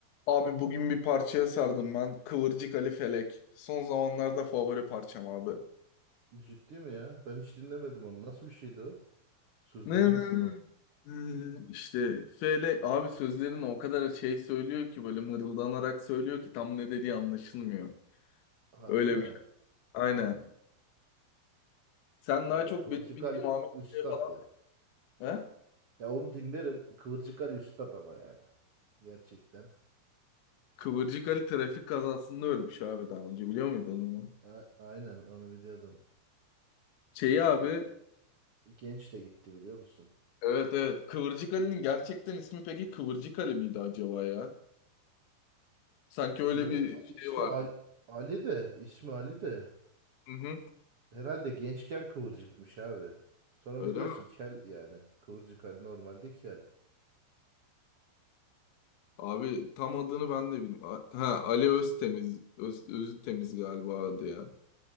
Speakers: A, on the left; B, on the right.
A: Abi bugün bir parçaya sardım ben. Kıvırcık Ali Felek. Son zamanlarda favori parçam abi.
B: Ciddi mi ya? Ben hiç dinlemedim onu. Nasıl bir şeydi o? Sözleri
A: Ne
B: nasıldı?
A: ne ne. Hmm, İşte Felek abi sözlerini o kadar şey söylüyor ki böyle mırıldanarak söylüyor ki tam ne dediği anlaşılmıyor.
B: Harbi
A: Öyle
B: mi?
A: bir aynen. Sen daha
B: Ha,
A: çok
B: Kıvırcık
A: benim bildiğim
B: Ali
A: Ahmet
B: Üstad
A: Bey falan.
B: ya.
A: He?
B: Ya onu dinlerim. Kıvırcık Ali Üstad ama yani. Gerçekten.
A: Kıvırcık Ali trafik kazasında ölmüş abi daha önce biliyor muydun onu?
B: A- aynen onu biliyordum.
A: Şeyi
B: Var
A: abi
B: ya genç de gitti biliyor musun?
A: evet evet Kıvırcık Ali'nin gerçekten ismi peki Kıvırcık Ali miydi acaba ya? Sanki öyle
B: Yo,
A: bir
B: ya ismi
A: şey vardı.
B: Ali, Ali de ismi Ali de
A: Hı hı.
B: herhalde gençken kıvırcıkmış abi. Sonra
A: Öyle
B: biliyorsun
A: mi?
B: kel yani. Kıvırcık Ali normalde kel.
A: Abi tam adını ben de bilmiyorum. Ha Ali Öztemiz. Öz, Öztemiz galiba adı ya.